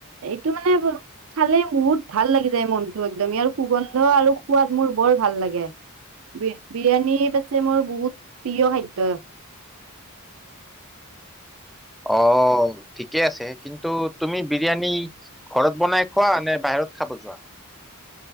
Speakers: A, on the right (about 65°); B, in the centre.
A: এইটো মানে ব- খালে বহুত ভাল লাগি যায় মনতো, একদম আৰু সুগন্ধ আৰু সোৱাদ মোৰ বৰ ভাল লাগে। বি-বিৰিয়ানী হৈছে মোৰ বহুত প্ৰিয় খাদ্য।
B: অ', ঠিকে আছে, কিন্তু তুমি বিৰিয়ানী- ঘৰত বনাই খোৱা নে বাহিৰত খাব যোৱা?